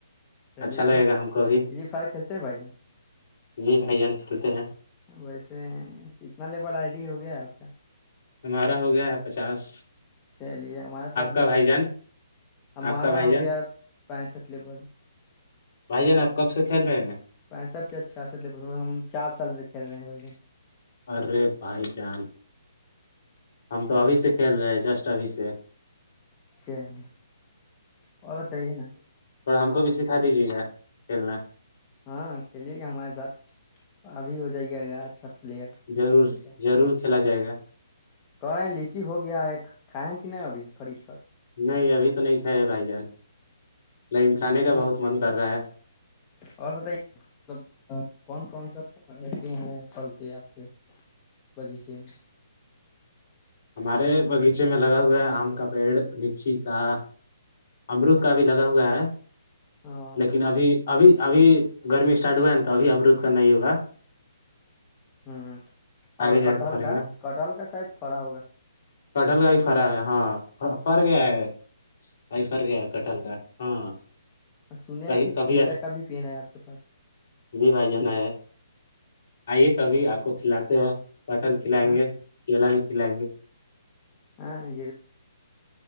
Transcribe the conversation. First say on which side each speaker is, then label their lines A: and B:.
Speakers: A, on the left; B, on the left.
A: چلئے
B: اچھا لگے
A: گیم
B: گا ہم کو
A: فری فائر کھیلتے ہیں بھائی جان
B: نہیں بھائی جان کھیلتے ہیں
A: ویسے کتنا لیبل آئی ڈی ہو گیا آپ کا
B: ہمارا ہو گیا ہے پچاس
A: چلیے ہمارا ساتھ
B: آپ کا
A: بھی
B: بھائی
A: کھیلیے
B: جان
A: گا ہمارا
B: آپ کا بھائی
A: ہو
B: جان
A: گیا پینسھ لیبول
B: بھائی جان آپ کب سے کھیل رہے ہیں
A: پینسٹھ سےیا چھیاسٹھ لیبول ہو گئے ہم چار سال سے کھیل رہے ہیں بھائی جن
B: ارے بھائی جان ہم تو ابھی سے کھیل رہے ہیں جسٹ ابھی سے
A: چ نہیں اور بتائیے نا
B: اور ہم کو بھی سکھا دیجیے گا کھیلنا
A: ہاں کھیلیے گا ہمارے ساتھ ابھی ہو جائیے گا اچھا پلیئر کھیلتے
B: ضرور
A: کھیلتے
B: ضرور کھیلا جائے گا
A: کرے لیچی ہو گیا ہے کھیں کہ ن ابھی خرید کر
B: نہیں ابھی تو نہیں کھائے بھائی جان لیکن کھانے
A: لیچی
B: کا بہت من کر رہا ہے
A: اور بتائیے ملب کون کون سا ہیں پھل کے آپ کے بغیچے میں
B: ہمارے باغیچے میں لگا ہوا ہے آم کا پیڑ لچی کا امرت کا بھی لگا ہوا ہے
A: ہاں
B: لیکن ابھی ابھی ابھی گرمی اسٹارٹ ہوا ہے نا تو ابھی امرت کا نہیں ہوگا
A: ہ اور
B: آگے جا
A: کٹہل
B: کے فرے
A: کا
B: گا
A: کٹہل کا سائید پڑا ہوگا
B: کٹہل کا بھی فرا ہے ہاں فر گیا ہے ائی فر کیا کٹل کا ہاں
A: آ سن ہیں
B: کہیں
A: کہ
B: کبھی
A: کیلا کا بھی پین ہے آپ کے پاس
B: جی بھائی جانا ہے آئیے کبھی آپ کو کھلاتے ہو پاٹل کھلائیں
A: ہاں
B: گے کیلا بھی کھلائیں گے
A: ہاں